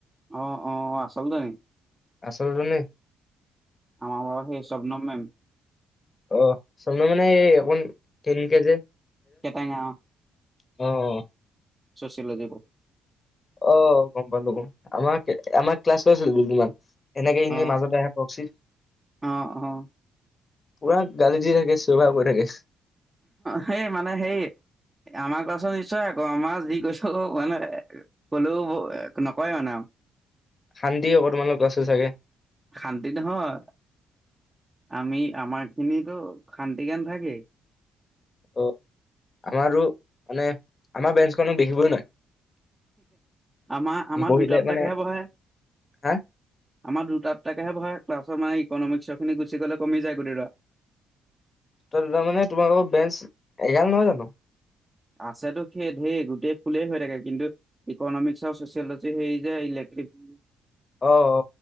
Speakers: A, on the right (about 20°); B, on the left (about 35°).
A: আহ আহ আহ আচলতে নেকি।
B: আচলতে
A: আমাৰ বৰ সেই স্বপ্নময় মেম।
B: অ' চম মানে এই অ' তিন কেজে।
A: কেটঙা অ'
B: অ'।
A: ছ'চিয়েলজীবুক।
B: অ গম পালো গম আমাক আমাৰ ক্লাছ লৈছিল দুদিনমান। এনেকে ইি
A: অ
B: মাজতে আহে কওকচি
A: অ অ
B: পুৰা গাল দি থাকে, চোভা হৈ থাকে।
A: সেই মানে সেই, আমাৰ কচোন নিশ্চয় আকৌ, আমাৰ যি কৈছো মানে কলেও নকৰে মানে আৰু।
B: শান্তি অকণমান আছে চাগে।
A: শান্তি নহয়, আমি আমাক খিনিতো শান্তিকে নেথাকেই।
B: অ' আমাৰো মানে, আমাৰ বেঞ্চখনক দেখিবই নোৱাৰে।
A: আমাৰ, আমাৰ
B: বহিলে
A: দুটাটাকাহে
B: মানে
A: বহে।
B: হা
A: আমাৰ দুটাটাকেহে বহে ক্লাছৰ মানে, ইক'নমিক্স খিনি গুচি গ'লে কমি যায় গোটে ল'ৰা।
B: তাৰ মানে তোমালোকৰ বেঞ্চ, এঘাল নহয় জানো।
A: আছেতটো সে ধঢেৰ গোটেই ফুলেই হৈ থাকে, কিন্তু ইকনমিক্স আৰু ছচিয়লজি সেই যে ই উম।
B: আহ অ